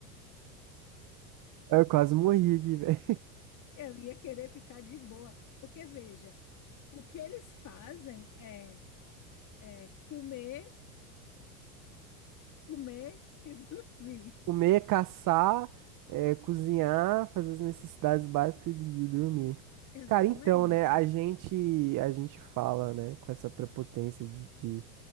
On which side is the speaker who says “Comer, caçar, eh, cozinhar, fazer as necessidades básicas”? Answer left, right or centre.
Right